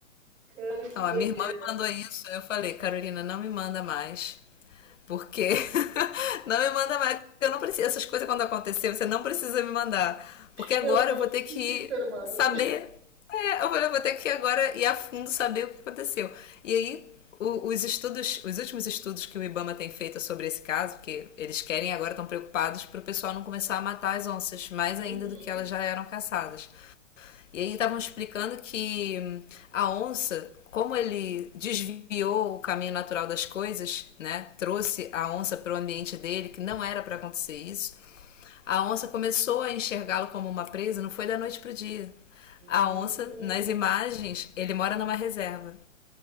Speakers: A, on the right (about 60°); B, on the left (about 70°).
A: Cara, que
B: Não,
A: doideira.
B: a minha irmã me mandou isso. Eu falei, Carolina, não me manda mais. Porque <laughs> não me manda mais, eu não preciso. Essas coisas quando acontecer, você não precisa me mandar. Porque agora
A: Eu vou
B: eu vou
A: desistir
B: ter que
A: de ser humano.
B: saber. É, eu vou ter que agora ir a fundo saber o que aconteceu. E aí, o, os estudos, os últimos estudos que o IBAMA tem feito sobre esse caso, porque eles querem agora estão preocupados para o pessoal não começar a matar as onças mais
A: Uhum.
B: ainda do que elas já eram caçadas. E aí estavam explicando que hum, a onça, como ele desviou o caminho natural das coisas, né? Trouxe a onça para o ambiente dele, que não era para acontecer isso. A onça começou a enxergá-lo como uma presa, não foi da noite pro dia.
A: Hum.
B: A onça, nas imagens, ele mora numa reserva